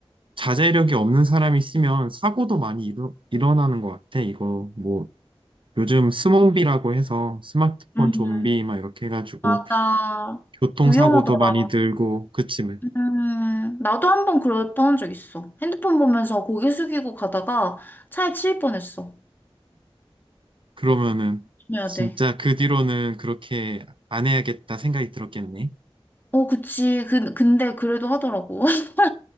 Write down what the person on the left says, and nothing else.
음,
맞아.
위험하더라.
음, 나도 한 번 그랬던 적 있어. 핸드폰 보면서 고개 숙이고 가다가 차에 치일 뻔했어.
조심해야
돼.
어, 그치. 그, 근데 그래도 하더라고. <laughs>